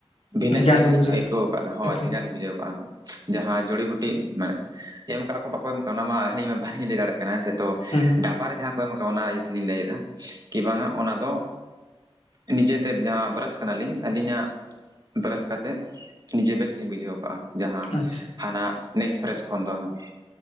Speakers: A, on the right (about 40°); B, on the left (about 80°).
A: ᱵᱷᱤᱱᱟᱹ
B: ᱵᱷᱮᱜᱟᱨ
A: ᱵᱷᱤᱱᱟᱹ
B: ᱵᱮᱱ
A: ᱜᱮᱞᱤᱧ
B: ᱵᱩᱡᱷᱟᱹᱣᱟ
A: ᱟᱹᱭᱠᱟᱹᱣ ᱟᱠᱟᱫᱟ ᱦᱳᱭ
B: ᱮᱠᱟᱞ
A: ᱵᱷᱮᱜᱟᱨ ᱞᱤᱧ ᱵᱩᱡᱷᱟᱹᱣ ᱟᱠᱟᱜᱼᱟ ᱡᱟᱦᱟᱸ ᱡᱩᱲᱤ ᱵᱩᱴᱤ ᱢᱟᱱᱮ ᱮᱢ ᱠᱟᱜ ᱟᱠᱚ ᱵᱟᱠᱚ ᱮᱢ ᱠᱟᱜᱼᱟ ᱚᱱᱟ ᱢᱟ ᱟᱹᱞᱤᱧ ᱢᱟ ᱵᱟᱹᱞᱤᱧ ᱞᱟᱹᱭ ᱫᱟᱲᱮᱭᱟᱜ ᱠᱟᱱᱟ ᱦᱮᱸ ᱥᱮ ᱛᱚ
B: ᱦᱩᱸ ᱦᱩᱸ
A: ᱠᱚᱵᱷᱟᱨ ᱨᱮ ᱡᱟᱦᱟᱸ ᱠᱚ ᱮᱢ ᱟᱠᱟᱜ ᱚᱱᱟ ᱤᱭᱟᱹ ᱛᱮᱞᱤᱧ ᱞᱟᱹᱭᱮᱫᱟ ᱠᱤ ᱵᱟᱝᱟ ᱚᱱᱟ ᱫᱚ ᱱᱤᱡᱮᱛᱮ ᱡᱟᱦᱟᱸ ᱵᱨᱟᱥ ᱠᱟᱱᱟᱞᱤᱧ ᱟᱹᱞᱤᱧᱟᱜ ᱵᱨᱟᱥ ᱠᱟᱛᱮᱫ ᱱᱤᱡᱮ ᱵᱮᱥᱞᱤᱧ ᱵᱩᱡᱷᱟᱹᱣ ᱠᱟᱜᱼᱟ ᱡᱟᱦᱟᱸ
B: ᱟᱪᱪᱷᱟ
A: ᱦᱟᱱᱟ ᱢᱮᱠᱥ ᱯᱷᱨᱮᱥ ᱠᱷᱚᱱ ᱫᱚ ᱦᱟᱸᱜ